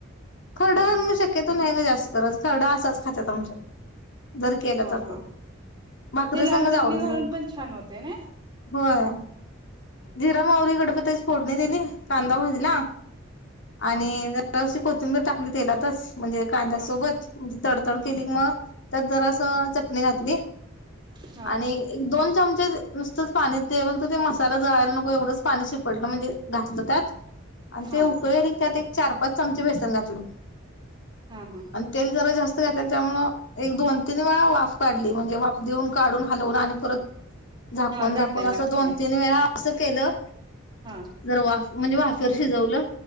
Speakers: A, on the left; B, on the right.
A: खरड
B: हा
A: घा
B: हा
A: शक्य तो नाही का जास्त करत खरडा असाच खाते आमच्यात. जर केलं
B: हा
A: तर
B: हा
A: पण भाकरीसंगच
B: ते लाल चटणी
A: आवडत
B: घालून
A: त्यांना.
B: पण छान होते ना
A: होय जिरा मावररी गडपतीची फोडणी दिली कांदा भाजला
B: हा
A: आणि जशी कोथिंबीर टाकली तेलातच म्हणजे कांद्यासोबत
B: हा
A: म्हणजे तडतड
B: हा
A: केली मग तर जरास चटणी घातली
B: हा
A: आणि एक दोन चमचे नुसतच पाणी त ते मसाला ला नको एवढच पाणी शिपडलं म्हणजे घातलं त्यात आणि
B: हा
A: तेक त्यात चार पाच चमचे बेसन घातलं
B: हा हा
A: आणि तेल जरा जास्त घातलं त्यामु एक दोन तीन वेळा वाफ काढली म्हणजे वाफ देऊन काढून हलवून आणि परत झाकून
B: हा झाकायला
A: झाकून अस
B: लागते
A: दोन तीन वेळा असं केलं
B: हा
A: जर वा म्हणजे वाफेवर शिजवलं